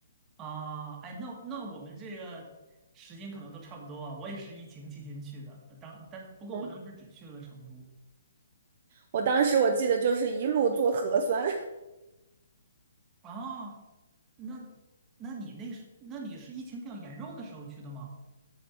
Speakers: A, on the right; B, on the right.
A: 啊、哎，那那我们这个时间可能都差不多啊。我也是疫情期间去的，呃当但不过我当时只去了成都
B: 嗯，我当时我记得就是一路做核酸，
A: 啊。那那你那是那你是疫情比较严重的时候去的吗？